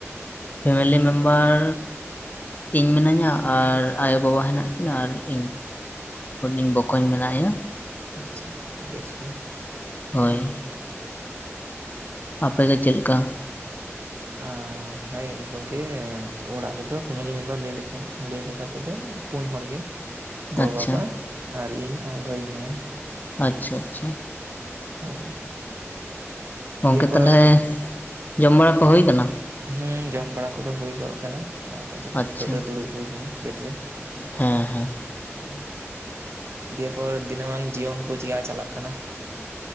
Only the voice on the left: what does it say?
ᱯᱷᱮᱢᱮᱞᱤ ᱢᱮᱢᱵᱟᱨ ᱤᱧ ᱢᱤᱱᱟᱹᱧᱟ ᱟᱨ ᱟᱭᱳ ᱵᱟᱵᱟ ᱦᱮᱱᱟᱜ ᱠᱤᱱᱟ ᱟᱨ ᱤᱧ ᱦᱩᱰᱤᱧ ᱵᱚᱠᱚᱧ ᱢᱮᱱᱟᱜᱟᱭᱟ
ᱦᱳᱭ ᱟᱯᱮ ᱜᱮ ᱪᱮᱫ ᱞᱮᱠᱟ
ᱟᱪᱪᱷᱟ
ᱟᱪᱪᱷᱟ ᱟᱪᱪᱷᱟ
ᱜᱚᱝᱠᱮ
ᱛᱟᱞᱦᱮ ᱡᱚᱢ ᱵᱟᱲᱟ ᱠᱚ ᱦᱳᱭ ᱠᱟᱱᱟ
ᱟᱪᱪᱷᱟ
ᱦᱮᱸ ᱦᱮᱸ